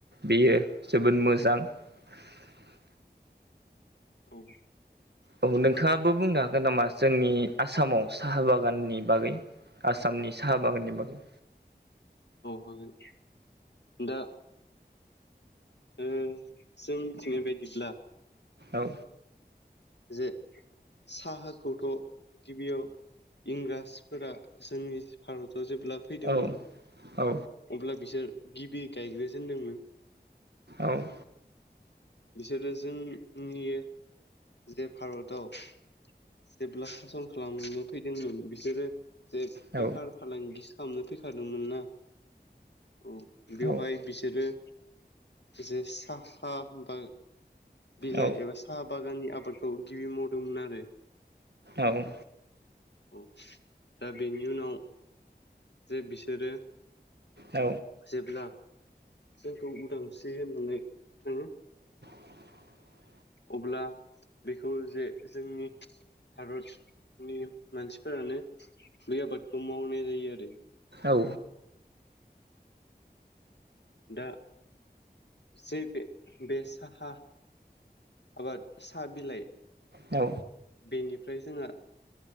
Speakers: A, on the right (about 70°); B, on the left (about 80°).
A: बेयो जोबोद मोजां मोजां।
B: औ।
A: औ नोंथाङाबो बुंनो हागोन नामा जोंनि आसामाव साहा बागाननि बागै? आसामनि साहा बागाननि बागै?
B: हागोन दा ओ जों मिथिनाय बायदिब्ला
A: औ।
B: जे साहाखौथ' गिबियाव इंराजफोरा जोंनि भारत जेब्ला फैदोंमोन
A: औ औ
B: अब्ला बिसोर गिबि गायग्रो जेनदोंमोन
A: औ।
B: बिसोरो जों नि जे भारताव जेब्ला सासन खालामनो फैदोंमोन बिसोरो जे
A: औ
B: बेफार फालांगि खालामनो फैखादोंमोन ना औ बेवहाय
A: औ
B: बिसोरो जे साहा बा बिलाइ
A: औ
B: एबा साहा बागाननि खौ गिबि मावदोंमोन आरो
A: औ।
B: औ दा बेनि उनाव जे बिसोरो
A: औ
B: जेब्ला जोंखौ उदांस्रि मोनो थाङो।
A: <inaudible>
B: अब्ला बेखौ जे जोंनि भारत नि मानसिफोरानो बे आबादखौ मावनाय जायो आरो
A: औ।
B: दा जे बे बे साहा आबाद साहा बिलाइ
A: औ
B: बेनिफ्राय जोंहा